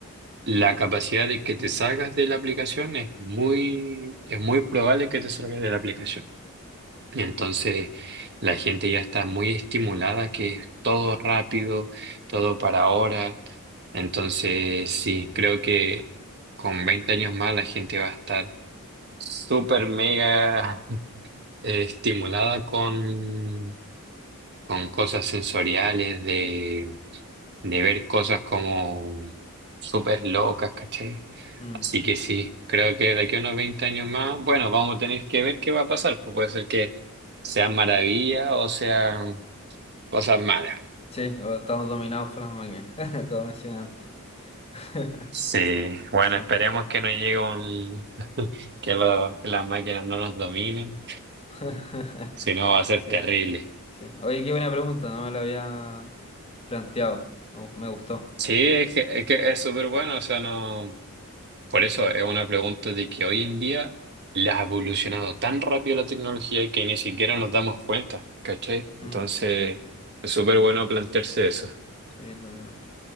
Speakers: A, on the right; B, on the left.
A: La capacidad de que te salgas de la aplicación es muy, es muy probable que te salgas de la aplicación. Y
B: Mm,
A: entonces la gente ya está muy estimulada, que es todo rápido, todo para ahora. Entonces, sí, creo que con 20 años más la gente va a estar súper mega <laughs> eh, estimulada con, con cosas sensoriales de ver cosas como súper locas, ¿cachai?
B: mm.
A: Así que sí, creo que de aquí a unos 20 años más, bueno, vamos a tener que ver qué va a pasar, pues puede ser que sean maravillas o sean cosas malas.
B: Sí, o estamos dominados por las máquinas. <laughs> Como mencioné antes. <laughs>
A: Sí, bueno,
B: Sí.
A: esperemos que no llegue un, que, lo- que las máquinas no nos dominen,
B: <laughs>
A: si no va a ser
B: Sí.
A: terrible.
B: Sí. Oye, qué buena pregunta, no me la había planteado. Me, gu- me gustó.
A: Sí, es que es que es súper bueno, o sea, no. Por eso es una pregunta de que hoy en día la ha evolucionado tan rápido la tecnología que ni siquiera nos damos cuenta, ¿cachai?
B: Mm,
A: Entonces, es súper bueno plantearse eso.
B: sí, totalmente.